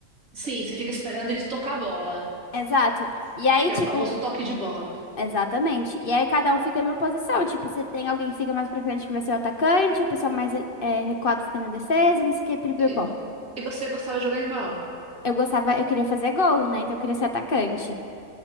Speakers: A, on the right (about 85°); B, on the left (about 45°).
A: Sim, você fica esperando eles tocar a bola,
B: Exato. E aí,
A: que
B: tipo,
A: é o famoso toque de bola.
B: exatamente. E aí cada um fica numa posição. Tipo, se tem alguém que fica mais pra frente que vai ser o atacante, o pessoal mais eh, recuado fica na defesa, não sei o que, pipipó.
A: E, vo- e você gostava de jogar em qual?
B: eu gostava, eu queria fazer gol, né? Então eu queria ser atacante.